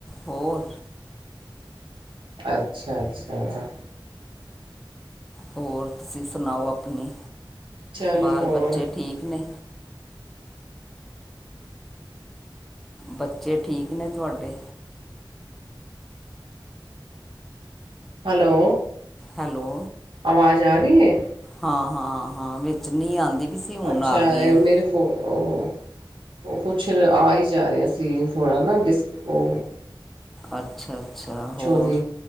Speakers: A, in the centre; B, on the right.
A: ਹੋਰ।
B: ਅੱਛਾ, ਅੱਛਾ।
A: ਹੋਰ, ਤੁਸੀਂ ਸਣਾਓ ਆਪਣੀ,
B: ਚਲੋ
A: ਬਾਲ-ਬੱਚੇ
B: ਹੋਰ
A: ਠੀਕ ਨੇਂ। ਬੱਚੇ, ਠੀਕ ਨੇ ਤੁਆਡੇ।
B: ਹੈਲੋ।
A: ਹੈਲੋ।
B: ਆਵਾਜ਼ ਆ ਰਈ ਐ।
A: ਹਾਂ, ਹਾਂ, ਹਾਂ ਵਿੱਚੇ ਨੀਂ ਆਦੀ ਪੀ ਸੀ ਹੁਣ
B: ਅੱਛਾ,
A: ਆ ਗਈ ਹੈ
B: ਮੇਰੇ ਫ ਓ, ਓ, ਕੁਛ ਆ ਈ ਜਾ ਰਿਆ ਸੀ, ਥੋੜ੍ਹਾ ਨਾਂ ਡਿਸ ਓ
A: ਅੱਛਾ ਅੱਛਾ। ਹੋਰ,
B: ਦੀ